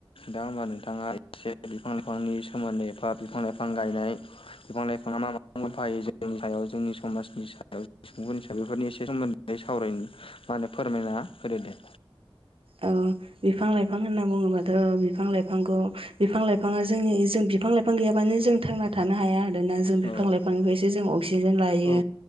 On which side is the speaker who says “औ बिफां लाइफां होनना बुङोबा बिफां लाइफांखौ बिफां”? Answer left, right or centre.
Right